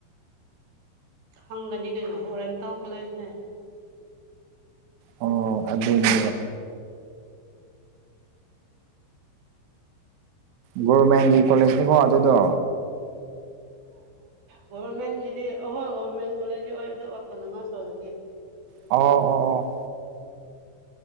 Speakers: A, on the right; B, on the right.
A: ꯍꯪꯒꯅꯤ ꯀꯩꯅꯣ ꯑꯣꯔꯌꯦꯦꯟꯇꯦꯜ ꯀꯣꯂꯦꯖꯅꯦ
B: ꯑꯣ ꯑꯗꯨꯗ ꯒꯣꯔꯔꯃꯦꯟꯒꯤ ꯀꯣꯂꯦꯖꯅꯤꯀꯣ ꯑꯗꯨꯗꯣ
A: ꯒꯣꯚꯔꯃꯦꯟꯒꯤꯗꯤ ꯑꯍꯣꯏ ꯒꯕꯔꯃꯦꯟ ꯀꯣꯂꯦꯖ ꯑꯣꯏ ꯑꯗꯨ ꯑꯇꯅ ꯑꯃ ꯆꯧꯂꯒꯤ
B: ꯑꯣ ꯑꯣ ꯑꯣ